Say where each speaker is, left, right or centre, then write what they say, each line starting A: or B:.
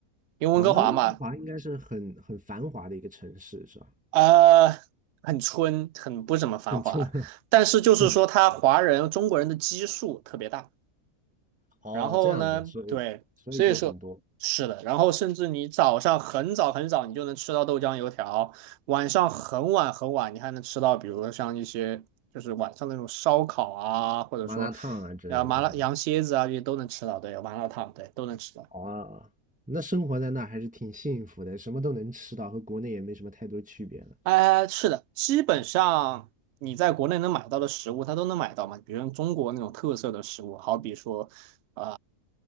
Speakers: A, on the right; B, in the centre.
A: 因为温哥华嘛，
B: 哦，那温哥华应该是很很繁华的一个城市，是吧？
A: 呃，很村，很不怎么繁华，
B: <laughs> 很出，<laughs>
A: 但是就是说他华人中国人的基数特别大。
B: 哦，
A: 然后呢，
B: 这样子，所以所以就很多
A: 对，所以说是的，然后甚至你早上很早很早，你就能吃到豆浆油条，晚上很晚很晚，你还能吃到，比如说像一些就是晚上那种烧烤啊，或者说
B: 麻辣烫啊之类的是吧？
A: 啊麻辣羊蝎子啊，这些都能吃到，对，麻辣烫，对，都能吃到。
B: 好啊，那生活在那还是挺幸福的，什么都能吃到，和国内也没什么太多区别了。
A: 哎，是的，基本上你在国内能买到的食物，它都能买到嘛。比如中国那种特色的食物，好比说，呃，